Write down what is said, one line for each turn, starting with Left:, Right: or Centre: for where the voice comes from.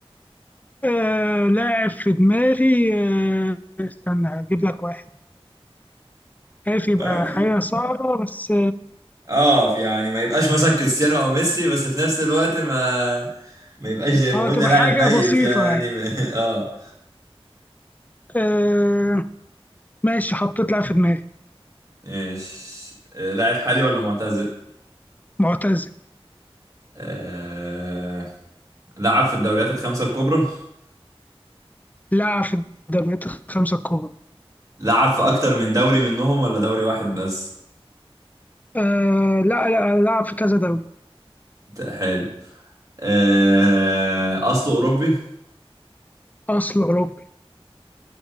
Left: آه، لاعب في دماغي آه، استنى أجيب لك واحد عارف يبقى
Right: يعني-
Left: حاجة صعبة بس
Right: اه في- يعني ما يبقاش مثلا كريستيانو او ميسي بس في نفس الوقت ما ما يبقاش زي ما
Left: اه
Right: قلنا
Left: تبقى
Right: لاعب
Left: حاجة
Right: ميت
Left: بسيطة
Right: يعني
Left: يعني
Right: ما- <laughs> اه
Left: آه ماشي حطيت لاعب في دماغي
Right: ماشي آه، لاعب حالي ولا معتزل
Left: معتزل
Right: آه... لعب في الدوريات الخمسة الكبرى
Left: لاعب في الدوريات الخمسة الكبرى
Right: لعب في اكتر من دوري منهم ولا دوري واحد بس
Left: آه لا لا لاعب في كذا دوري
Right: حلو آه... اصله اوروبي
Left: أصل أوروبي